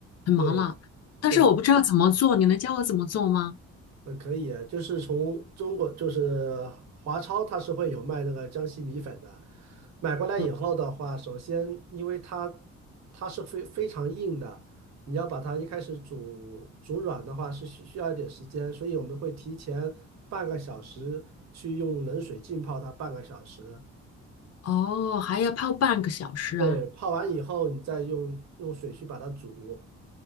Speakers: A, on the left (about 55°); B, on the right (about 60°).
A: 很麻辣，
B: 对
A: 但是我不知道怎么做，
B: 对
A: 你能教我怎么做吗？
B: 嗯，可以啊，就是从中国，就是华超，它是会有卖那个江西米粉的。买过来以后的话，
A: 啊
B: 首先因为它它是非非常硬的，你要把它一开始煮煮软的话是需需要一点时间，所以我们会提前半个小时去用冷水浸泡它半个小时。
A: 哦，还要泡半个小时啊。
B: 对，泡完以后，你再用用水去把它煮，